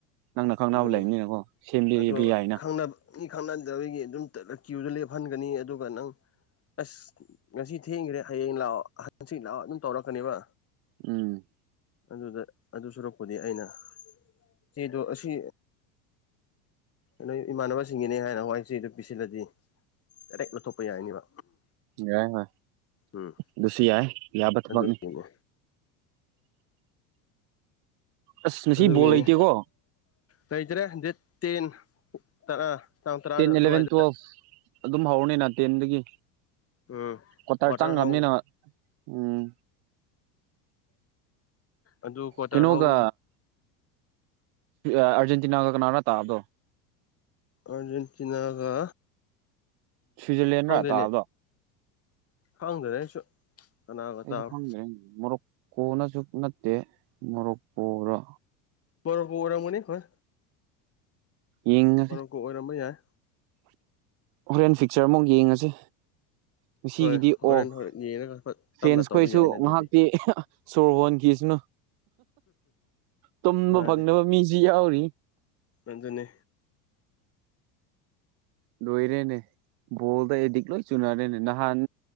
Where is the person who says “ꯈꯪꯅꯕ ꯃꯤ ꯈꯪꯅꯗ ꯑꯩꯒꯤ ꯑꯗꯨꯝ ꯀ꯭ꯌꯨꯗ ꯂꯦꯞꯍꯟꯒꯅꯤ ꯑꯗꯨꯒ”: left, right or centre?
Left